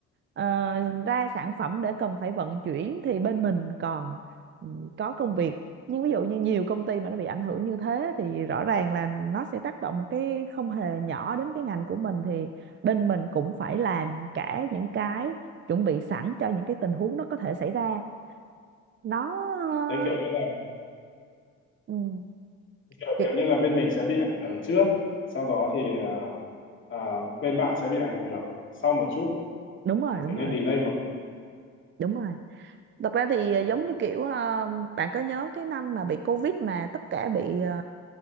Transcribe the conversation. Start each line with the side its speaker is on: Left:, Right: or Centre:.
Right: ờ, ra sản phẩm để cần phải vận chuyển thì bên mình còn ừ, có công việc nhưng ví dụ như nhiều công ty mà nó bị ảnh hưởng như thế thì rõ ràng là nó sẽ tác động một cái không hề nhỏ đến cái ngành của mình thì bên mình cũng phải làm cả những cái chuẩn bị sẵn cho những cái tình huống nó có thể xảy ra nó
Left: đấy kiểu như là
Right: ừ,
Left: kiểu,
Right: cái-
Left: kiểu như là bên mình sẽ bị ảnh hưởng trước sau đó thì à, à, bên bạn sẽ bị ảnh hưởng sau một chút
Right: đúng rồi đúng
Left: kiểu
Right: rồi
Left: như delay một
Right: đúng rồi thật ra thì ờ, giống
Left: ừ.
Right: như kiểu ờ, bạn có nhớ cái năm mà bị Covid mà tất cả bị ờ,